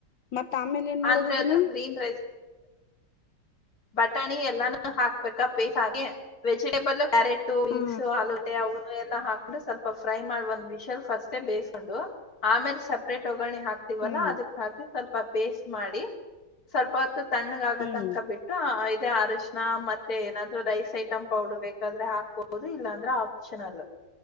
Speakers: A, on the left; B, on the left.
A: ಮತ್ತ್ ಆಮೇಲೆ ಏನ್ ಮಾಡೋದ್
B: ಅಂದ್ರೆ
A: ಅದನ್ನ.
B: ಅದು ಗ್ರೀನ್ ರೈಸ್ ಬಟಾಣಿ ಎಲ್ಲಾನು ಹಾಕ್ಬೇಕ ಪೇಸ್ ಆಗಿ ವೆಜಿಟೇಬಲ್ ಕ್ಯಾರೆ ಟು ಬೀನ್ಸು,
A: ಹಾ
B: ಆಲೂಗಡ್ಡೆ, ಅವು ಎಲ್ಲ ಹಾಕೊನ್ಡು ಸ್ವಲ್ಪ ಫ್ರೈ ಮಾಡ್ ಒನ್ದ್ ವಿಷಲ್ ಫಸ್ಟೇ ಬೇಯ್ಸ್ಕೊಂಡು ಆಮೇಲ್ ಸೆಪ್ರೇಟ್ ಒಗ್ಗರಣೆ ಹಾಕ್ತಿವಲ್ಲ
A: ಹ್ಮ್
B: ಅದಕ್ ಹಾಕಿ ಸ್ವಲ್ಪ ಪೇಸ್ಟ್ ಮಾಡಿ ಸ್ವಲ್ಪ ಹೊತ್ತು ತಣ್ಣಗಾಗ
A: ಹ್ಮ್
B: ತನಕ ಬಿ ಅ ಇದೆ ಅರಶಿನ ಮತ್ತೆ ಏನಾದರು ರೈಸ್ ಐಟಮ್ ಪೌಡರು ಬೇಕಾದ್ರೆ ಹಾಕ್ಬೋದು ಇಲ್ಲಾಂದ್ರೆ ಆಪ್ಷನಲ್ಲು.